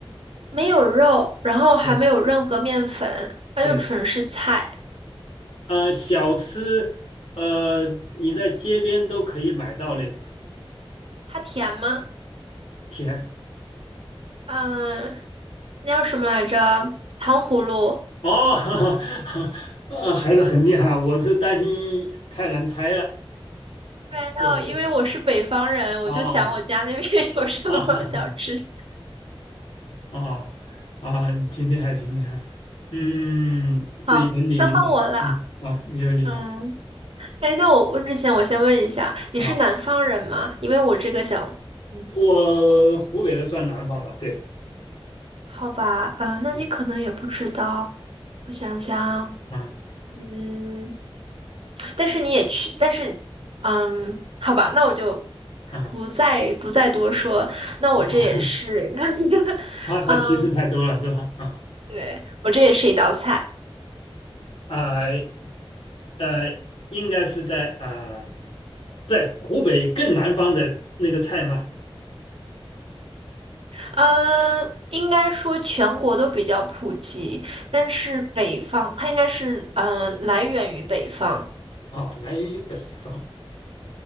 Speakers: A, on the right; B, on the left.
A: 没有肉，然后还没有任何面粉，
B: 对
A: 它就纯是菜。
B: 对，呃，小吃，呃，你在街边都可以买到那种
A: 它甜吗？
B: 甜。
A: 嗯，那叫什么来着？糖葫芦。
B: 哦，<laughs> 呃，还是很厉害，我是担心太难猜了。
A: 没有，
B: 对对，
A: 因为我是北方人，我就想我家那边
B: 哦
A: <laughs> 有什么小吃。
B: 哦。<laughs> 啊啊，挺厉害，挺厉害。嗯，
A: 好，
B: 这一轮你赢了，
A: 那换我了。
B: 嗯啊，你有理了
A: 嗯，哎，那我问之前，我先问一下，你是南方人吗？
B: 啊。
A: 因为我这个想，嗯，
B: 我湖北的算南方吧，对，
A: 好吧，嗯，那你可能也不知道，
B: 嗯
A: 我想想。
B: 啊
A: 嗯，但是你也去，但是，嗯，好吧，那我就
B: 啊，
A: 不再不再多说。那我这也是，
B: <laughs>
A: <laughs>
B: 怕他提示太多了是吧？
A: 嗯，
B: 啊
A: 对，我这也是一道菜。
B: 啊呃，应该是在啊、在湖北更南方的那个菜吗？
A: 嗯，应该说全国都比较普及，但是北方它应该是嗯呃来源于北方。
B: 啊，来源于北方，